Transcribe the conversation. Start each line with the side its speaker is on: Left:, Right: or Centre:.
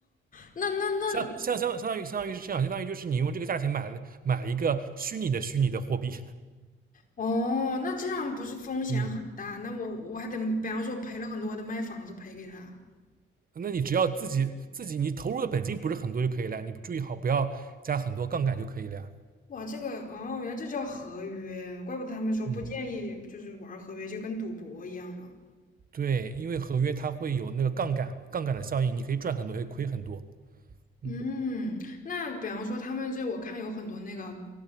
Left: 那那那
Right: 相相相相当于相当于是这样，相当于就是你用这个价钱买了买一个虚拟的虚拟的货币，
Left: 哦，那这样不是风险很大？
Right: 嗯，
Left: 那我我还得，比方说赔了很多，我得卖房子赔给他。
Right: <laughs> 那你只要自己自己你投入的本金不是很多就可以了，你注意好不要加很多杠杆就可以了呀，
Left: 哇，这个哦，原来这叫合约，怪不得他们说不建议就是玩合约，
Right: 嗯，
Left: 就跟赌博一样呢。
Right: 对，因为合约它会有那个杠杆杠杆的效应，你可以赚很多，也可以亏很多，
Left: 嗯，
Right: 嗯
Left: 那比方说他们这我看有很多那个